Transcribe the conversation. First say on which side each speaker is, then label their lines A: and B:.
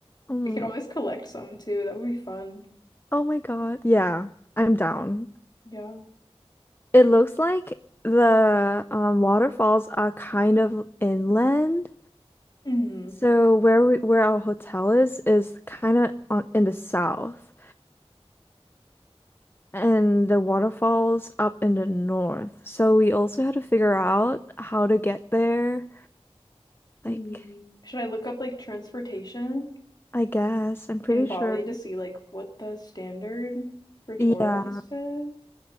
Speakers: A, on the left; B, on the left.
A: Mm.
B: We can always collect some too. That would be fun.
A: Oh my God. Yeah, I'm down.
B: Yeah.
A: It looks like the um, waterfalls are kind of inland.
B: Mm.
A: So where we where our hotel is is kind of on in the south and the waterfalls up in the north. So we also had to figure out how to get there. Like
B: Mm. Should I look up like transportation
A: I guess I'm pretty
B: in Bali
A: sure.
B: to see like what the standard for tourists
A: Yeah,
B: is?